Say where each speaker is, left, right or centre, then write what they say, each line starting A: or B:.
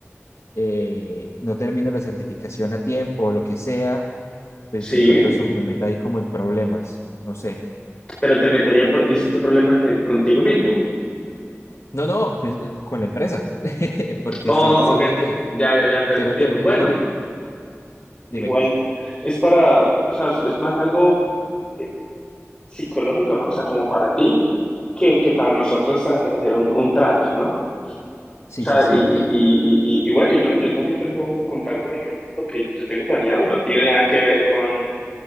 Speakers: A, on the left; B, on the left.
A: eh, no termino la certificación a tiempo o lo que sea, pues
B: Sí,
A: de pronto eso me meta ahí como en problemas, no sé.
B: pero te metería, en pro- dices tu problema contigo mismo.
A: No, no, pues, con la empresa, <laughs> porque
B: Oh,
A: estoy diciendo
B: ok,
A: que
B: ya, ya, ya, ya
A: quiero
B: te entiendo.
A: terminar
B: Bueno,
A: y dime.
B: igual es para, o sea, es más algo eh, psicológico, ¿no? O sea, como para ti que, que para nosotros hacer un, un track, ¿no?
A: Sí,
B: O sea,
A: sí, sí,
B: y, y,
A: ok,
B: y, y, y y bueno, y no, yo también te puedo contar, por ejemplo, lo que yo tengo planeado y no tiene nada que ver con,